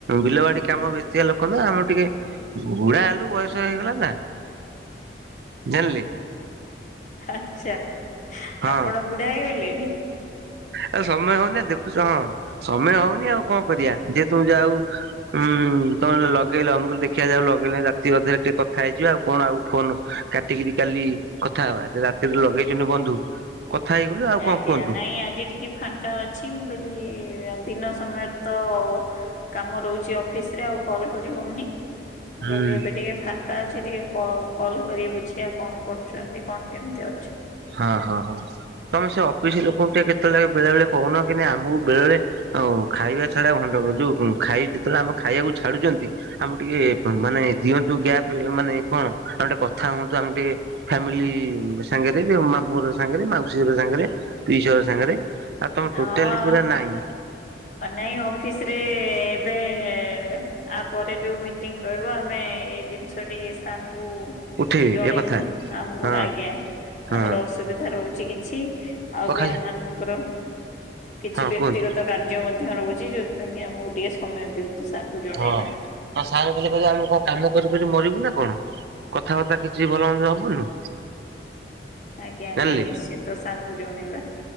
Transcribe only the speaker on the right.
ବିଲବାଡି କାମ ବେ ଚିଆ ଲୋକ ନା ଆମର ଟିକେ ବୁଢା ହେଲୁ ବୟସ ହେଇଗଲା ନା। ଜାଣିଲେ
ହଁ
ଆ ସମୟ ହଉନି ଦେଖୁଛ ହଁ। ସମୟ ହଉନି ଆଉ କଣ କରିବା। ଯେ ତୁମ ଯାଉ ଉଁ ତମେ ଲଗେଇ ଲ ମୁଁ କହିଲି ଦେଖିବା ଯାଉ ଲଗେଇଲେ ରାତି ଅଧରେ ଟିକେ କଥା ହେଇଯିବା। ଆଉ କଣ ଆଉ ଫୋନ କାଟିକିରି କାଲି ରି କଥା ହେବା ରାତିରେ ଲଗେଇଛନ୍ତି ବନ୍ଧୁ। କଥା ହେଇଗଲୁ ଆଉ
କଣ କୁହନ୍ତୁ।
ହୁଁ
ହଁ ହଁ ହଉ। ତମେ ସେ ଅଫିସ ଲୋକଙ୍କୁ ଟିକେ କେତେବେଳେ ବେଳେ ବଳେ କହୁନ। କି ନା ଆମକୁ ବେଳେ ବଳେ ଖାଇବା ଛଡା ଭଣ୍ଡ ଯୋଉ ଖାଇ ଯେତେବେଳେ ଆମ ଖାଇବାକୁ ଛାଡୁଛନ୍ତି। ଆମ ଟିକେ
ମାନେ ଦିଅନ୍ତୁ ଗ୍ୟାପ୍। ମିଲ ମାନେ କଣ ଆମେ ଟିକେ କଥା ହୁଅନ୍ତୁ। ଆମେ ଟିକେ ଫ୍ୟାମିଲି ସାଙ୍ଗରେ। ଉମା ପୁଅର ସାଙ୍ଗରେ ମାଉସୀର ସାଙ୍ଗରେ ପିଇସୀ ଘର ସାଙ୍ଗରେ। ଆଉ ତମର ଟୋଟାଲି
ପୁରା ନାହିଁ।
ଉଠେଇବେ
ଏ କଥା
ହଁ
ହଁ
କ
ଖାଲି
ହଁ
କୁହନ୍ତୁ
ହଁ ଆ ସାର୍ ଖାଲି କଇଲେ ଆମେ କଣ କାମ କରି କରି ମରିବୁ ନା କଣ କଥାବାର୍ତ୍ତା କିଛି ଭଲ ମନ୍ଦ ହବୁନୁ।
ଜାଣିଲେ